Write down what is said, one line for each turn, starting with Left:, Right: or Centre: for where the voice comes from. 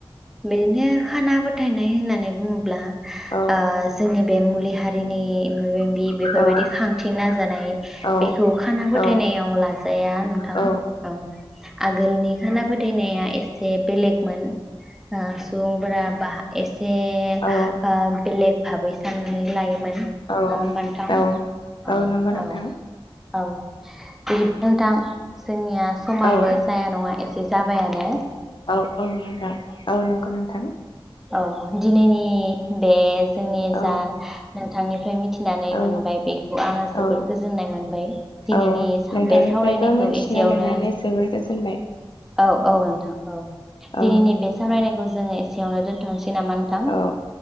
Centre: बि <unintelligible> खाना फोथायनाय होननानै बुङोब्ला ओ
Left: औ
Centre: जोंनि बे मुलि हारिनि मायाबा मायबि बेफोरबायदि
Left: औ
Centre: खांथि नाजानाय
Left: औ
Centre: बेखौ खाना फोथायनायाव
Left: औ
Centre: लाजाया नोंथां
Left: औ
Centre: औ आगोलनि खाना फो दिनैआ एस जे बेलेगमोन आ सुं बा एस जे ओ
Left: औ
Centre: बेलेग भाबै साननानै लायोमोन
Left: औ
Centre: नङा होमबा नोंथां।
Left: औ
Centre: औ
Left: नंगौ नोंथां
Centre: औ औ बि <unintelligible> नोंथां जोंनि या समाबो
Left: औ
Centre: जाया नङा एसे जाब बायानो
Left: औ औ नोंथां औ नंगौ नोंथां।
Centre: औ दिनैनि बे जोंनि
Left: औ
Centre: जा नोंथांनिफ्राय मिथिनानै
Left: औ
Centre: मोनबाय बेखौ आङो जोबोर
Left: औ
Centre: गोजोननाय मोनबाय। दिनैनि
Left: औ
Centre: साब
Left: नोंथांनिफ्रायबो
Centre: बे सावरायनायखौ
Left: मोनथिनो
Centre: एसेयावनो
Left: मोननानै जोबोर गोजोनबाय
Centre: औ औ नोंथां औ दिनैनि
Left: औ
Centre: बे सावरायनाय खौ जोङो एस सेआवनो दोनथ'नसै नामा नोंथां?
Left: औ